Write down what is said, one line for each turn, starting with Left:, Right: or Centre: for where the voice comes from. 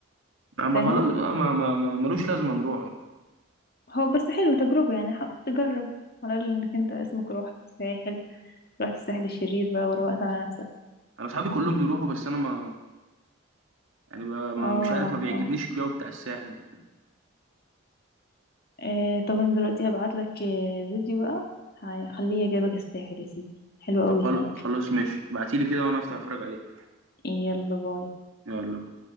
Right: ما
Left: فاهم
Right: خلاص بقى، ما ما ما ملوش لازمه نروحه
Left: هو بس حلو تجربة يعني حاول تجرب على الأقل انك انت اسمك روحت الساحل روحت الساحل الشرير بقى وروقت على نفسك
Right: انا اصحابي كلهم بيروحوا بس انا ما يعني ب- ما
Left: اه
Right: مش عارف ما بيعجبنيش
Left: آه.
Right: الجو بتاع الساحل وبتاع
Left: آه طب انا دلوقتي هبعت لك آه فيديو بقى هخليه يجيبك الساحل يا سيدي حلو قوي
Right: طب خل-
Left: هناك
Right: خلاص ماشي ابعتيلي كده وانا افتح اتفرج عليه
Left: يلا باي
Right: يلا